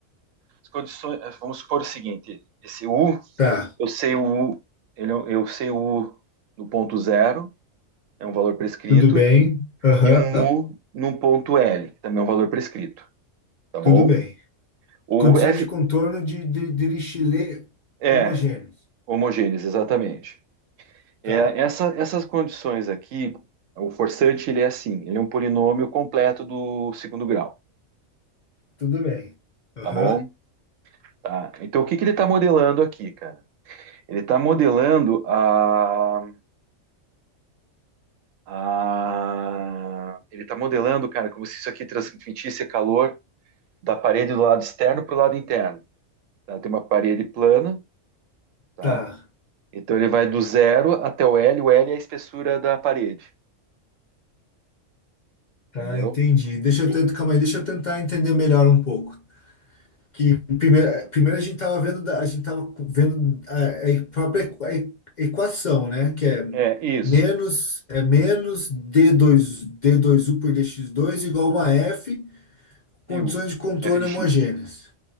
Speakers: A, on the right (about 75°); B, on the left (about 50°).
A: as condições- vamos supor o seguinte: esse U,
B: Tá.
A: eu sei o U, ele, é um, eu sei o U no ponto zero, é um valor prescrito,
B: Tudo bem. Aham.
A: e um U no ponto L, que também é um valor prescrito, tá
B: Tudo
A: bom?
B: bem.
A: O
B: Condições
A: F
B: de contorno de, de, de lixilê
A: é
B: homogêneos.
A: homogêneos, exatamente.
B: Tá.
A: É, essa, essas condições aqui, o forçante ele é assim, ele é um polinômio completo do segundo grau,
B: Tudo bem. Aham.
A: tá bom? Tá. Então o que que ele está modelando aqui, cara? Ele tá modelando a, a- Ele tá modelando, cara, como se isso aqui transmitisse calor da parede do lado externo para o lado interno. tá? Tem uma parede plana, tá?
B: Tá.
A: Então ele vai do zero até o L. O L é a espessura da parede,
B: Tá,
A: entendeu?
B: entendi. Deixa eu tentar, calma aí, deixa eu tentar entender melhor um pouco. Que primeiro, primeiro a gente estava vendo, da- a gente tava vendo a, a própria equa- a equação, né? Que é
A: É isso.
B: menos é menos d dois d dois u por dx dois igual a uma F, condições
A: De U.
B: de contorno
A: F de X.
B: homogêneas.